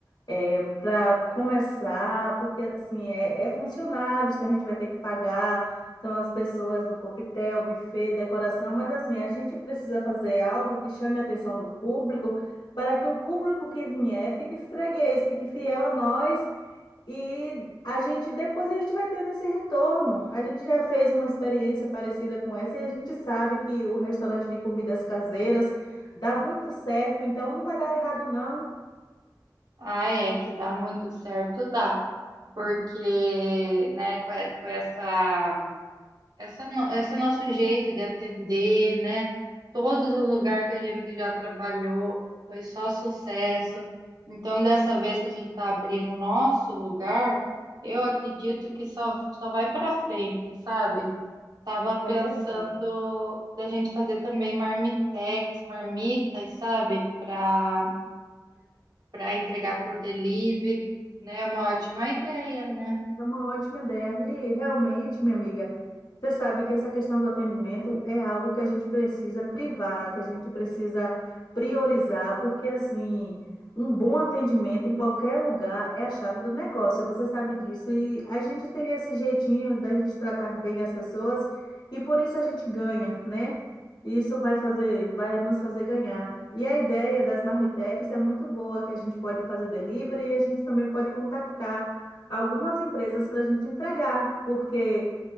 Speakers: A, on the left; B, on the right.
A: é, para começar, porque assim, é, é funcionários que a gente vai ter que pagar, são as pessoas do coquetel, buffet, decoração, mas assim, a gente precisa fazer algo que chame a atenção do público, para que o público que vier fique freguês, fique fiel a nós E a gente depois a gente vai tendo esse retorno. A gente já fez uma experiência parecida com essa e a gente sabe que o restaurante de comidas caseiras dá muito certo, então não vai dar errado, não.
B: Ah, é, que dá muito certo, dá, porque, né, com e- com essa Essa, no- esse é nosso jeito de atender, né? Todos os lugares que a gente já trabalhou foi só sucesso. Então, dessa vez que a gente está abrindo o nosso lugar, eu acredito que só, só vai para frente, sabe? Tava pensando
A: É verdade.
B: da gente fazer também marmitex, marmitas, sabe? Para para entregar por delivery, né? É Uma ótima ideia, né?
A: É uma ótima ideia. E realmente, minha amiga, você sabe que essa questão do atendimento é algo que a gente precisa privar, que a gente precisa priorizar, porque assim, um bom atendimento em qualquer lugar é a chave do negócio. Você sabe disso. E a gente tem esse jeitinho da gente tratar bem as pessoas e por isso a gente ganha, né? Isso vai fazer, vai nos fazer ganhar. E a ideia das marmitex é muito boa, que a gente pode fazer delivery e a gente também pode contactar algumas empresas para a gente entregar, porque